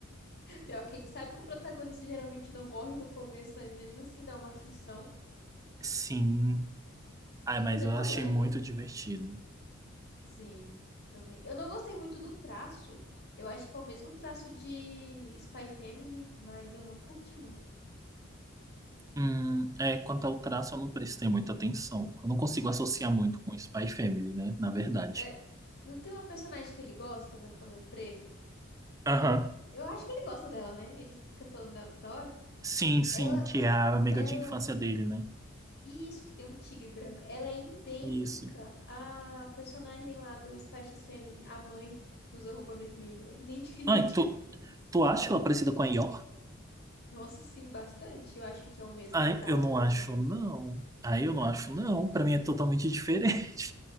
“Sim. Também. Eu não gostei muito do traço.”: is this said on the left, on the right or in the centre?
Left